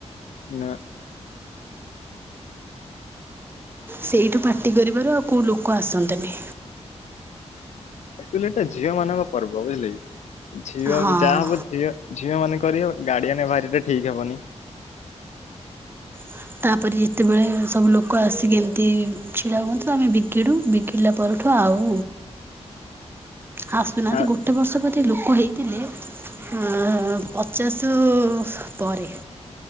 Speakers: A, on the left (about 75°); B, on the right (about 20°).
A: ନା।
B: ସେଇଠୁ ପାଟି କରିବାରୁ ଆଉ କୋଉ ଲୋକ ଆସନ୍ତେନି।
A: ଆକଚୋଲି ଏଟା ଝିଅମାନଙ୍କ ପର୍ବ ବୁଝିଲେକି ଝିଅ
B: ହଁ
A: ମାନ ଯାହା ହବ ଝିଅ ଝିଅମାନେ କରିବେ ଗାଡିଆନ ବାହାରିଲେ ଠିକ ହେବନି।
B: ହ ତାପରେ ଯେତେବେଳେ ସବୁ ଲୋକ ଆସିକି ଏମତି ଛିଡା ହୁଅନ୍ତି ତ ଆମେ ବିଗିଡୁ ବିଗିଡିଲା ପର ଠୁ ଆଉ ଆସୁନାହାନ୍ତି
A: ଆ
B: ଗୋ ଗୋଟେ ବର୍ଷ ବୋଧେ ଲୋକ ହେଇଥିଲେ ଅଁ ପଚାଶ ପରେ।